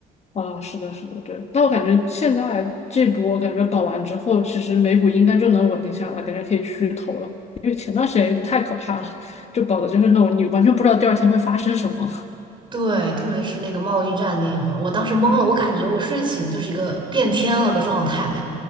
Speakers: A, on the left (about 40°); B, on the right (about 30°).
A: 啊，是的，是的，对。但我感觉现在这波感觉搞完之后，其实美股应该就能稳定下来，感觉可以去投了。因为前段时间有点太可怕了，就搞的就是那种你完全不知道第二天会发生什么。
B: 对，特别是那个贸易战那一会儿，我当时懵了，我感觉我睡醒就是一个变天了的状态，